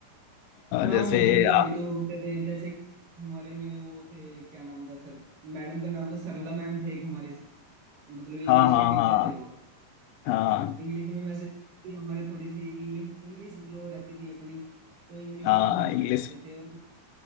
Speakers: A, on the right; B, on the left.
A: हाँ
B: जैसे
A: मतलब एक
B: आप
A: दो होते थे जैसे कि हमारे में वो थे क्या नाम था सर मैडम का नाम था सरला मैम थे एक हमारे मतलब इंग्लिश
B: हाँ हाँ
A: के टीचर
B: हाँ
A: थे वो
B: हाँ
A: इंग्लिश में वैसे भी हमारी थोड़ी सी इंग्लिश इंग्लिश लो रहती थी अपनी तो इंग्लिश
B: हाँ
A: में थोड़ी मार
B: इंग्लिश
A: खाते थे और